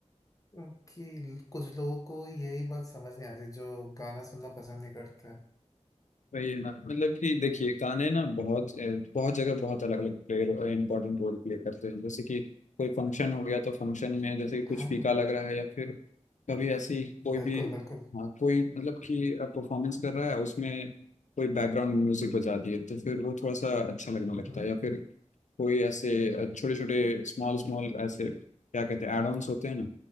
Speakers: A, on the left; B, on the left.
A: क्योंकि कुछ लोगों को यही बात समझ नहीं आती जो गाना सुनना पसंद नहीं करते हैं।
B: वही है ना मतलब कि देखिए गाने ना बहुत अ, बहुत जगह बहुत अलग अलग प्ले इंपॉर्टेंट रोल प्ले करते हैं जैसे कि कोई फंक्शन हो गया तो फंक्शन में जैसे कि कुछ
A: है
B: फीका
A: ना
B: लग रहा है या फिर कभी ऐसी कोई
A: बिल्कुल
B: भी
A: बिल्कुल
B: हाँ कोई मतलब कि परफॉर्मेंस कर रहा है उसमें कोई बैकग्राउंड म्यूजिक बजा दिए तो फिर वो थोड़ा सा अच्छा लगने लगता
A: हम्म
B: है या फिर कोई ऐसे छोटे छोटे स्मॉल स्मॉल ऐसे क्या कहते हैं एड ऑन्स होते हैं ना